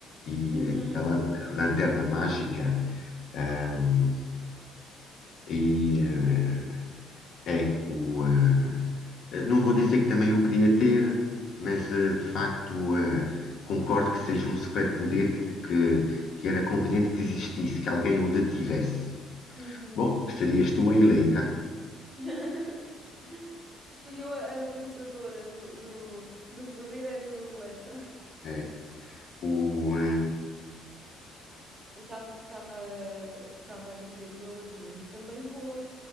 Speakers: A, on the left (about 55°); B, on the right (about 20°).
A: e
B: Uhum.
A: eh, da lan- lanterna mágica, ahm, e eh, é o eh, eh, não vou dizer
B: Eu-
A: que também eu queria ter, mas eh, de facto eh, concordo que seja um superpoder que, te- que, que era conveniente que existisse, que alguém o detivesse.
B: Uhum.
A: Bom, serias tu a eleita.
B: <laughs> Fui eu a, a pensadora do, do, do poder, era eu a eleita.
A: É. O, eh,
B: E estava estava estava a dizer, o Aladino também voa.